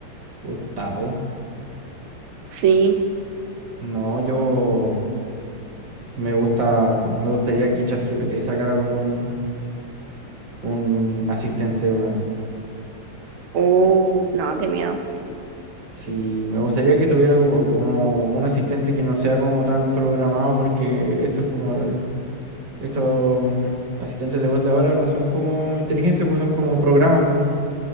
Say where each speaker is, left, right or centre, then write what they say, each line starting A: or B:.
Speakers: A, on the right; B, on the right.
A: Gustavo.
B: Sí,
A: No, yo me gusta, me gustaría que ChatGPT sacara como un, un asistente, weón.
B: Oh, no, qué miedo.
A: Sí, me gustaría que tuviera como, como un asistente que no sea como tan programado porque esto es como el- Estos mm, asistentes de voz de ahora no son como inteligencia, pues son como programas, pues.